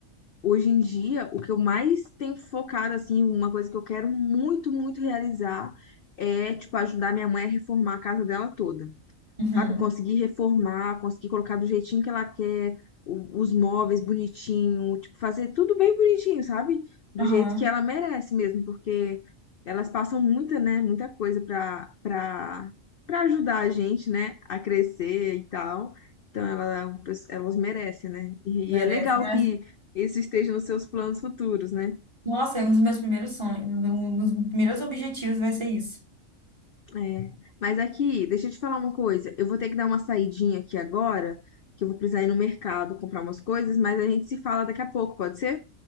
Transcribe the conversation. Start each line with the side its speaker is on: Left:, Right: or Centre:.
Left: hoje em dia, o que eu mais tenho focado, assim, uma coisa que eu quero muito, muito realizar é, tipo, ajudar minha mãe a reformar a casa dela toda
Right: Uhum.
Left: sabe? Conseguir reformar, conseguir colocar do jeitinho que ela quer, o- os móveis bonitinho, tipo, fazer tudo bem bonitinho, sabe? Do
Right: Aham.
Left: jeito que ela merece mesmo, porque elas passam muita, né, muita coisa pra, pra, pra ajudar a gente, né, a crescer e tal. Então, ela, elas merecem, né? E,
Right: Merece,
Left: e é legal
Right: merece.
Left: que isso esteja nos seus planos futuros, né?
Right: Nossa, é um dos meus primeiros sonhos, um dos primeiros objetivos vai ser isso.
Left: É. Mas aqui, deixa eu te falar uma coisa. Eu vou ter que dar uma saidinha aqui agora, que eu vou precisar ir no mercado comprar umas coisas, mas a gente se fala daqui a pouco, pode ser?